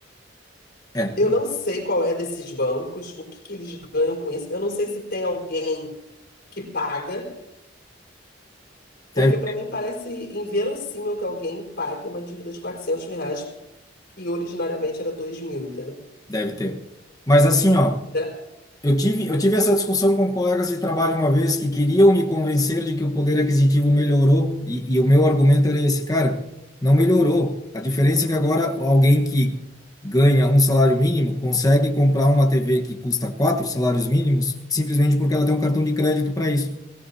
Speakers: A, on the left; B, on the left.
A: É,
B: Eu não sei qual é desses bancos, o que que eles ganham com isso. Eu não sei se tem alguém que paga. Porque
A: deve,
B: para mim parece inverossímil que alguém pague uma dívida de 400 mil reais, que originariamente era 2 mil, entendeu?
A: deve ter. Mas assim, ó,
B: Será-
A: Eu tive, eu tive essa discussão com colegas de trabalho uma vez que queriam me convencer de que o poder aquisitivo melhorou, e, e o meu argumento era esse, cara, não melhorou. A diferença é que agora alguém que ganha um salário mínimo consegue comprar uma TV que custa quatro salários mínimos simplesmente porque ela tem um cartão de crédito para isso.